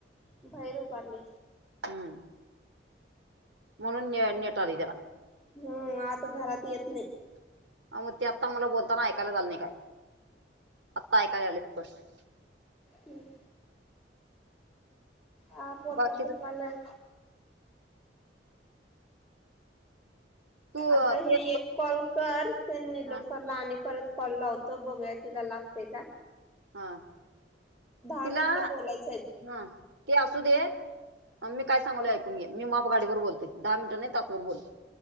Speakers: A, in the centre; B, on the right.
A: बाहेर उभारले.
B: हम्म म्हणून ने नेटल त्याला
A: हम्म आता घरात येत नाही.
B: मग ते आत्ता मला बोलताना ऐकायला झाले नाही काय आत्ता ऐकायला आले स्पष्ट
A: हम्म. आ पोटात
B: बाकीच
A: दुखायलाय,
B: तू
A: आता हे
B: ते
A: एक कॉल कर ते निलफरला
B: हा
A: आणि परत कॉल लावतो बघूया तिला लागतेय का?
B: हा
A: दहा
B: तिला
A: मिनिटं बोलायचंय.
B: हा ते असू दे. मी काय सांगललंय ऐक घे मी माप गाडीवर बोलते दहा मिनटं नाही तासवर बोलतो.